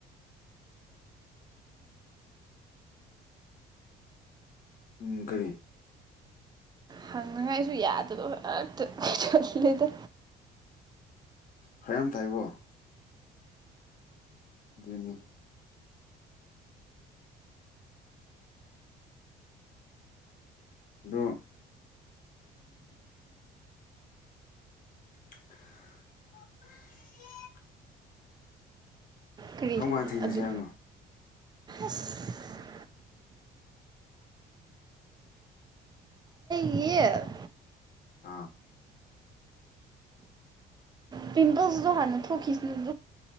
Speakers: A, on the left (about 50°); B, on the right (about 25°).
A: ꯎꯝ ꯀꯔꯤ
B: ꯍꯪꯅꯉꯥꯏꯁꯨ ꯌꯥꯗꯅ ꯍꯛꯇ ꯆꯜꯂꯦꯗ
A: ꯈꯔ ꯌꯥꯝ ꯇ ꯍꯥꯏꯕꯣ ꯑꯗꯨꯅꯤ ꯑꯗꯣ <inaudible>
B: ꯀꯔꯤ
A: ꯀꯔꯝ ꯀꯥꯟ ꯊꯦꯡꯅꯁꯦ
B: ꯑꯗꯨ
A: ꯍꯥꯏꯕꯅꯣ
B: ꯑꯁ ꯌꯦꯠ
A: ꯑꯥ
B: ꯄꯤꯡꯀꯜꯁꯁꯨ ꯍꯥꯟꯅ ꯊꯣꯛꯣꯛꯀꯤꯁꯤꯅꯤ